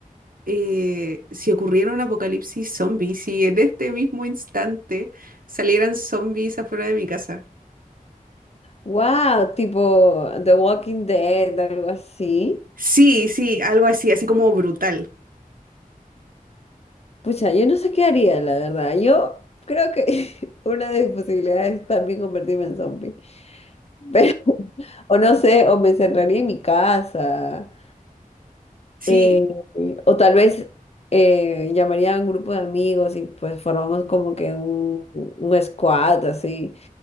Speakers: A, on the right; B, on the left.
A: eh, si ocurriera un apocalipsis zombie, si en este mismo instante salieran zombies afuera de mi casa.
B: Wow, tipo The Walking Dead, algo así.
A: Sí, sí, algo así, así como brutal.
B: Pucha, yo no sé qué haría, la verdad. Yo creo que <laughs> una de mis posibilidades es también convertirme en zombie. Pero, <laughs> o no sé, o me encerraría en mi casa.
A: Sí,
B: eh, o tal vez eh, llamaría a un grupo de amigos y pues formamos como que un, un squad así.